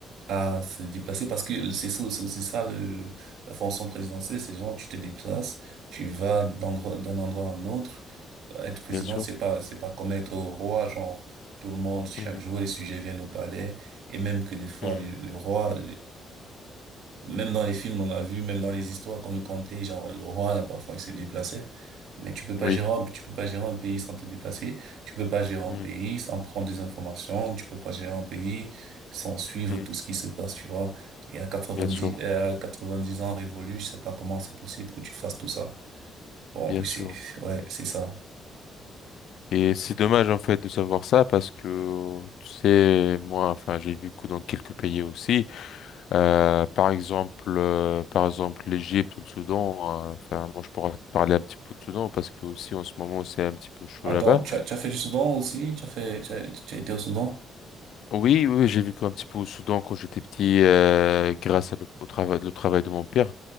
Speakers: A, on the right; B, on the left.
A: à se déplacer parce que c'est ça- c'est aussi ça le, le- la fonction présidentielle, c'est genre tu te déplaces, tu vas d'endroit d'un endroit à un autre. Être président,
B: Bien sûr.
A: c'est pas c'est pas comme être roi, genre tout le monde chaque
B: Mhm,
A: jour les sujets viennent au palais et même que des fois
B: mhm,
A: le, le roi même dans les films, on a vu, même dans les histoires qu'on nous contait, genre le roi, là, parfois, il se déplaçait. Mais tu peux pas
B: Oui,
A: gérer, un- tu peux pas gérer un pays sans te déplacer. Tu peux pas gérer un
B: mhm,
A: pays sans prendre des informations. Tu peux pas gérer un pays sans suivre
B: mhm,
A: tout ce qui se passe, tu vois. Et à 90,
B: Bien sûr,
A: euh, à 90 ans révolus, je sais pas comment c'est possible que tu fasses tout ça. Bon,
B: bien
A: oui, c'est,
B: sûr.
A: ouais, c'est ça.
B: Et c'est dommage en fait de savoir ça parce que, tu sais, moi, enfin, j'ai vécu dans quelques pays aussi. Euh, par exemple, euh, par exemple, l'Égypte ou le Soudan. hein. Enfin, moi, je pourrais te parler un petit peu de Soudan parce que aussi en ce moment, c'est un petit peu chaud
A: Attends,
B: là-bas.
A: tu as, tu as fait du Soudan aussi? Tu as fait, tu as, tu as été au Soudan?
B: Oui, oui, j'ai vécu un petit peu au Soudan quand j'étais petit, euh, grâce à le- au travail, le travail de mon père.